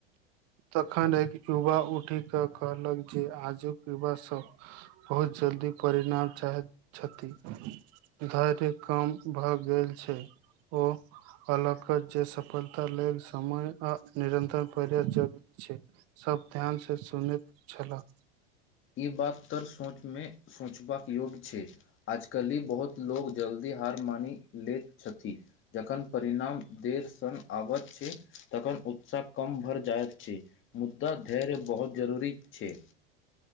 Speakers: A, on the right; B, on the left.
A: तखन एक युवा उठि क कहलक जे आजुक युवा सब बहुत जल्दी परिणाम चाहैत छथि धैर्य काम भए गेल छै ओ कहलक जे सफलता लेल समय आ निरन्तर प्रयास जरुरी सब ध्यान से सुनैत छलाह
B: ई बात तर सोचमे सोचबाक योग्य छै आजकली बहुत लोग जल्दी हार मानि लैत छथिन जखन परिणाम देर सँ आबैत छै तखन उत्साह कम भर जायत छै मुदा धैर्य बहुत जरूरी छै